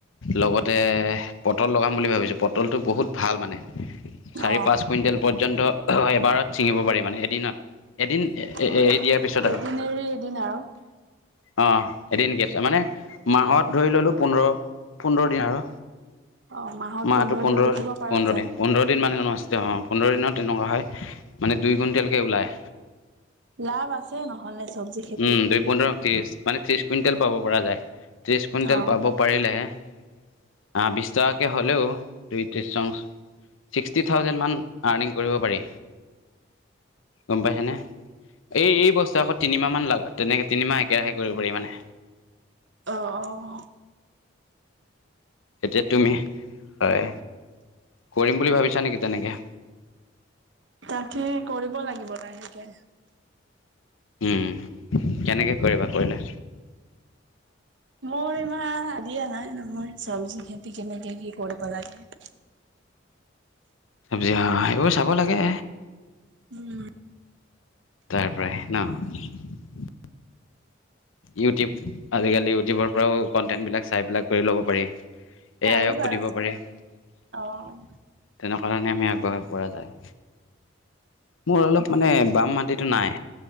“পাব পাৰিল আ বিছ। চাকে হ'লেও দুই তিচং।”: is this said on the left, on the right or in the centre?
Left